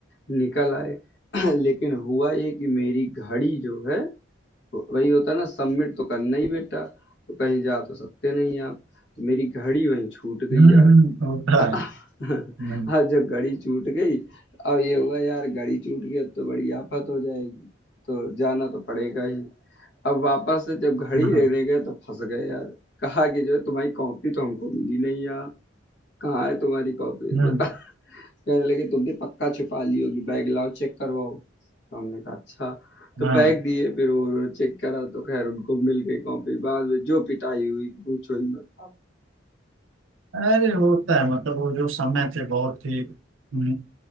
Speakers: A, on the left (about 60°); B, on the right (about 85°).
A: निकल आए <laughs> लेकिन हुआ ये कि मेरी घड़ी जो है वही होता है ना सबमिट तो करना ही बेटा तो कहीं जा तो सकते नहीं आप तो मेरी घड़ी वहीं छूट गई
B: हम्म
A: यार
B: हम्म होता
A: <laughs>
B: है हम्म
A: अब जब घड़ी छूट गई अब ये हुआ यार घड़ी छूट गई अब तो बड़ी आफत हो जाएगी तो जाना तो पड़ेगा ही अब वापस से जब घड़ी
B: हाँ
A: लेने गए तो फंस गए यार कहा कि जो है तुम्हारी कॉपी तो हमको मिली नहीं यार कहाँ है तुम्हारी कॉपी
B: हम्म
A: बता कहने लगे तुमने पक्का छुपा ली होगी बैग लाओ चेक करवाओ तो हमने कहा अच्छा तो
B: हाँ
A: बैग दिए फिर वो चेक करा तो खैर उनको मिल गई कॉपी बाद में जो पिटाई हुई पूछो ही मत
B: अरे होता है मतलब वो जो समय थे बहुत ही हम्म,